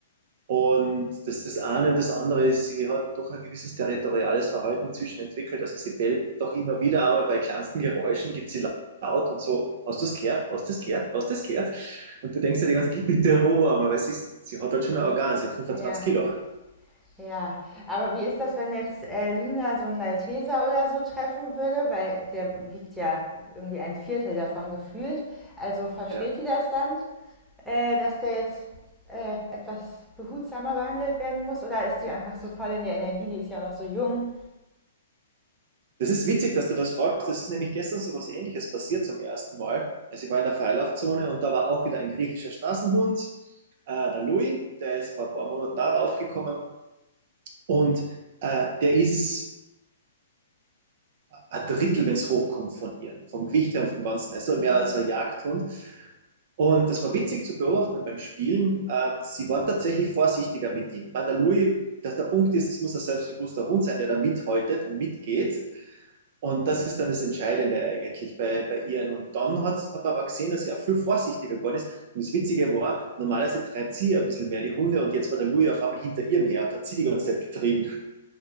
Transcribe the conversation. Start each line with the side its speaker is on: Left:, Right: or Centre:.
Right: Und das ist das eine. Und das andere ist, sie hat doch ein gewisses territoriales Verhalten inzwischen entwickelt. Also sie bellt doch immer wieder einmal bei kleinsten Geräuschen, gibt sie laut und so, hast du das gehört? Hast du das gehört? Hast du das gehört? Und du denkst dir die ganze Zeit, bitte Ruhe, einmal, weil sie, ist, sie hat halt schon ein Organ, sie hat fünfundzwanzig
Centre: Ja.
Right: Kilo.
Centre: Ja, aber wie ist das, wenn jetzt äh, Luna so einen Malteser oder so treffen würde? Weil der wiegt ja irgendwie ein Viertel davon gefühlt. Also versteht
Right: Ja.
Centre: die das dann, äh, dass der jetzt äh, etwas behutsamer behandelt werden muss? Oder ist die einfach so voll in der Energie? Die ist ja auch noch so jung.
Right: Das ist witzig, dass du das fragst. Das ist nämlich gestern so was Ähnliches passiert zum ersten Mal. Also ich war in der Freilaufzone und da war auch wieder ein griechischer Straßenhund, äh, der Louis, der ist vor ein paar Monaten nachher aufgekommen und äh, der ist ein Drittel, wenn es hochkommt, von ihr, vom Gewicht her und vom Ganzen. Also
Centre: Mhm.
Right: mehr als ein Jagdhund. Und das war witzig zu beobachten beim Spielen. Ähm, sie war tatsächlich vorsichtiger mit ihm. Bei der Louis, dass der Punkt ist, es muss ein selbstbewusster Hund sein, der da mithaltet und mitgeht. Und das ist dann das Entscheidende eigentlich bei, bei ihr. Und dann hat, hat man aber gesehen, dass sie auch viel vorsichtiger geworden ist. Und das Witzige war, normalerweise treibt sie ja ein bisschen mehr die Hunde und jetzt war der Louis auf einmal hinter ihr her und hat sie die ganze Zeit getrieben.